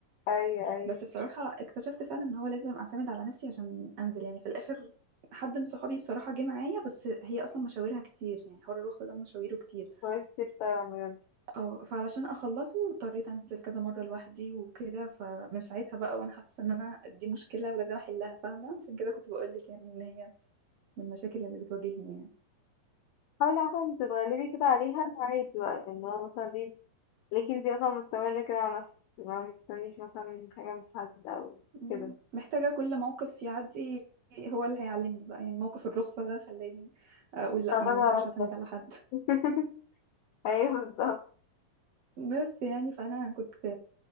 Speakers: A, on the left (about 80°); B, on the right (about 65°).
A: ايوه ايوه
B: بس بصراحة اكتشفت فعلا ان هو لازم اعتمد على نفسي عشان انزل يعني في الاخر حد من صحابي بصراحة جه معايا بس هي اصلا مشاويرها كتير يعني حوار الرخصة ده مشاويره كتير
A: كويس كتير فعلا بجد
B: اه فعلشان اخلصه اضطريت انزل كذا مرة لوحدي وكده فمن ساعتها بقى وانا حاسة ان انا دي مشكلة ولازم احلها فاهمة عشان كده كنت بقولك يعني ان هي من المشاكل اللي بتواجهني يعني
A: حاولي عشان تتغلبي كده عليها عادي بقى يعني هو مثلا دي لكن انتي مثلا مستمرة كده على نفسك ما مستنيش مثلا حاجة من حد أو
B: مم.
A: كده
B: محتاجة كل موقف يعدي هو اللي هيعلمني بقى يعني موقف الرخصة ده خلاني اقول لا
A: أنا
B: انا
A: فاكرة
B: ما ينفعش
A: على
B: اعتمد
A: نفسك
B: على حد
A: <laughs> أيوه بالظبط
B: <laughs> بس يعني فانا كنت